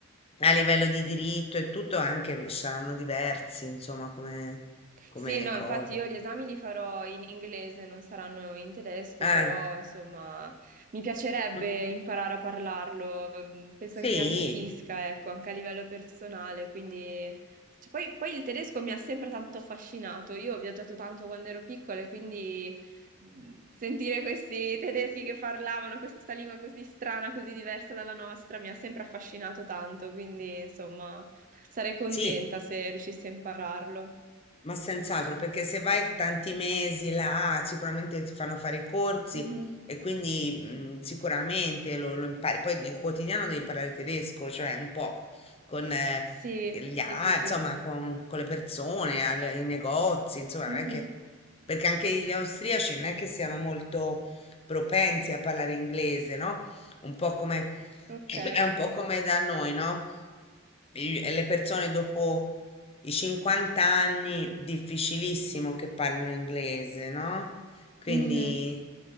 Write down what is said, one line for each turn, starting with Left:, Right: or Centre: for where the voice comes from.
Left: a livello di diritto e tutto anche saranno diversi, insomma, come, come
Right: Sì, no,
Left: cose.
Right: infatti io gli esami li farò in inglese, non saranno in tedesco,
Left: Ah,
Right: però insomma mi piacerebbe
Left: mm,
Right: imparare a parlarlo, mm, penso che
Left: sì,
Right: mi arricchisca, ecco, anche a livello personale, quindi... cioè, poi, poi il tedesco mi ha sempre tanto affascinato, io ho viaggiato tanto quando ero piccola e quindi mm, sentire questi tedeschi che parlavano questa lingua così strana, così diversa dalla nostra, mi ha sempre affascinato tanto, quindi insomma... Sarei contenta
Left: sì,
Right: se riuscissi a impararlo.
Left: Ma senz'altro, perché se vai tanti mesi là, sicuramente ti fanno fare i corsi
Right: Mhm.
Left: e quindi mm, sicuramente lo, lo impari. Poi nel quotidiano devi parlare tedesco, cioè un po' con eh,
Right: Sì,
Left: gli
Right: sì,
Left: al-
Right: sì, sì.
Left: insomma, con, con le persone, al- ai negozi, insomma, non
Right: Mhm.
Left: è che perché anche gli austriaci non è che siano molto propensi a parlare inglese, no? Un po' come
Right: Ok.
Left: <clears throat> è un po' come da noi, no? I- Le persone dopo i 50 anni, difficilissimo che parlino inglese, no? Quindi
Right: Mhm.